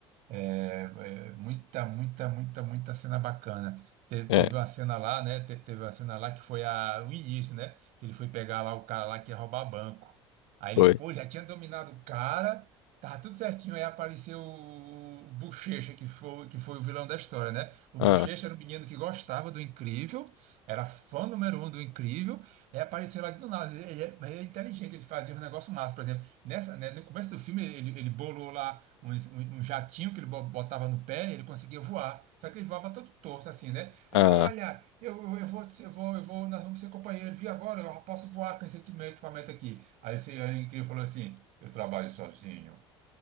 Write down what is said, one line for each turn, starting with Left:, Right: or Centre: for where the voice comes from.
Right: É, é, muita, muita, muita, muita cena bacana. Te-
Left: é,
Right: teve uma cena lá, né? te- teve uma cena lá que foi a, o início, né? Que ele foi pegar lá o cara lá que ia roubar banco. Aí
Left: foi.
Right: ele, pô, já tinha dominado o cara, tava tudo certinho. Aí apareceu o, o Bochecha, que foi, que foi o vilão da história, né? O
Left: Ah,
Right: Bochecha era um menino que gostava do Incrível, era fã número um do Incrível. Aí apareceu lá do nada. Ele, ele é, mas ele é inteligente, ele fazia um negócio massa, por exemplo. Nessa, né, no começo do filme, ele, ele bolou lá um, um um jatinho que ele bo- botava no pé, ele conseguia voar. Só que ele voava todo torto, assim, né? Ele,
Left: ah,
Right: olha, eu, eu, eu vou, te- eu vou, eu vou, nós vamos ser companheiros, vi agora, eu posso voar com esse equipamento aqui. Aí esse aí o incrível falou assim: eu trabalho sozinho.